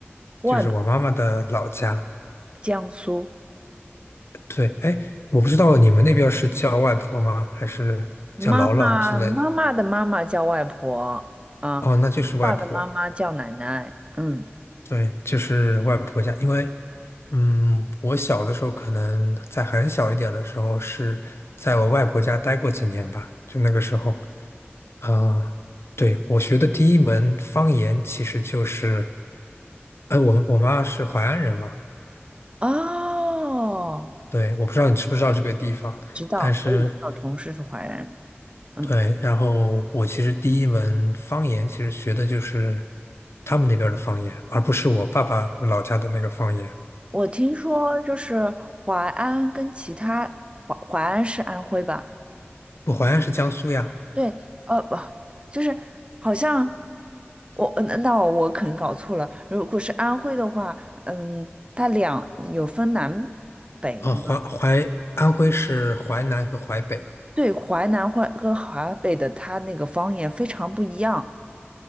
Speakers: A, on the right; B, on the left.
A: 外婆，
B: 就是我妈妈的老家。
A: 江苏，
B: 对，哎，我不知道你们那边儿是叫外婆吗？还是叫姥姥之类的？
A: 妈妈，妈妈的妈妈叫外婆啊，
B: 哦，那就是外婆。
A: 爸的妈妈叫奶奶。嗯，
B: 对，就是外婆家。因为，嗯，我小的时候可能在很小一点的时候是在我外婆家待过几年吧，就那个时候，嗯、对，我学的第一门方言其实就是，哎，我们我妈是淮安人嘛，
A: 哦，
B: 对，我不知道你知不知道这个地方，
A: 知道，
B: 但是。
A: 我以前有同事是淮安人。嗯，
B: 对，然后我其实第一门方言其实学的就是他们那边儿的方言，而不是我爸爸老家的那个方言。
A: 我听说就是淮安跟其他淮淮安是安徽吧？
B: 我淮安是江苏呀，
A: 对，呃，不，就是好像我，呃那那我可能搞错了。如果是安徽的话，嗯，它两有分南北吗？
B: 呃，淮淮安徽是淮南和淮北，
A: 对，淮南淮和华北的，它那个方言非常不一样。